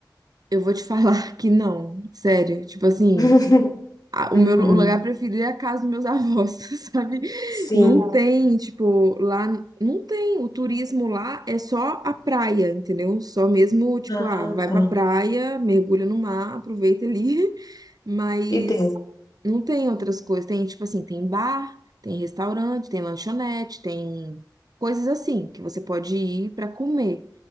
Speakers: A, on the right; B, on the left.
A: Eu vou te falar <laughs> que não, sério. Tipo assim,
B: <laughs>
A: a- o
B: Uhum.
A: meu lu- o lugar preferido é a casa dos meus avós, <laughs> sabe?
B: Sim.
A: Não tem, tipo, lá não tem, o turismo lá é só a praia, entendeu? Só mesmo, tipo,
B: Ah,
A: ah, vai
B: tá.
A: pra praia, mergulha no mar, aproveita ali, <laughs> mas
B: E deu.
A: não tem outras coisas. Tem, tipo assim, tem bar, tem restaurante, tem lanchonete, tem coisas assim que você pode ir pra comer